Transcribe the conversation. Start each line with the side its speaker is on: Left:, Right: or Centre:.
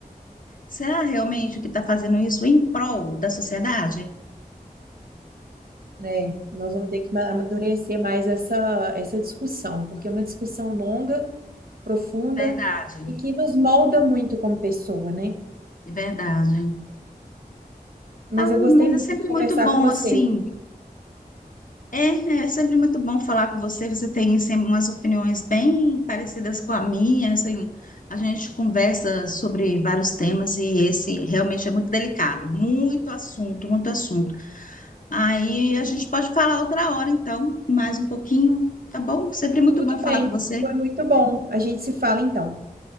Left: será realmente que está fazendo isso em prol da sociedade?
Right: É, nós vamos ter que ma- amadurecer mais essa, essa discussão, porque é uma discussão longa, profunda
Left: Verdade,
Right: e que nos molda muito como pessoa, né?
Left: verdade.
Right: Mas
Left: Ah,
Right: eu gostei
Left: mas
Right: muito
Left: é sempre
Right: de conversar
Left: muito bom,
Right: com você.
Left: assim, É, é sempre muito bom falar com você. Você tem sempre umas opiniões bem parecidas com a minha. Assim, a gente conversa sobre vários temas e esse realmente é muito delicado, muito assunto, muito assunto. Aí a gente pode falar outra hora, então, mais um pouquinho, tá bom? Sempre muito
Right: Tudo
Left: bom falar
Right: bem,
Left: com você.
Right: foi muito bom. A gente se fala então.